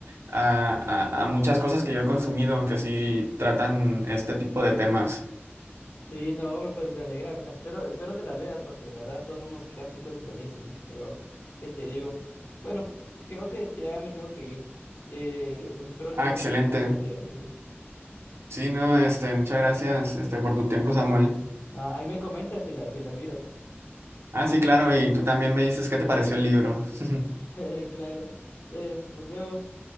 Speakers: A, on the right; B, on the left.
A: a, a- a muchas cosas que yo he consumido que sí tratan este tipo de temas.
B: Sí, no, pues me alegra. Espero, espero te las veas porque de verdad son unos clásicos buenísimos, pero ¿qué te digo? Bueno, creo que ya me tengo que ir. Eh, pues espero tengas
A: Ah, excelente.
B: un un buen día, sí.
A: Sí, no, este, muchas gracias, este, por tu tiempo, Samuel.
B: Ah, ahí me comentas si las, si las miras.
A: Ah, sí, claro, y tú también me dices qué te pareció el libro. <laughs>
B: <laughs> Claro. Entonces, nos vemos.